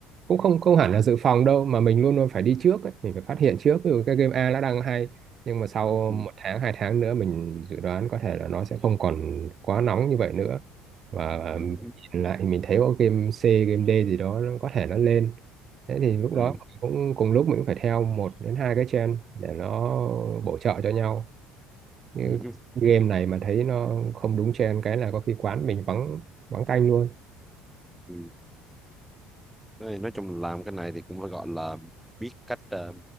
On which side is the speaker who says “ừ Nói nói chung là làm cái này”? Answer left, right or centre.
Centre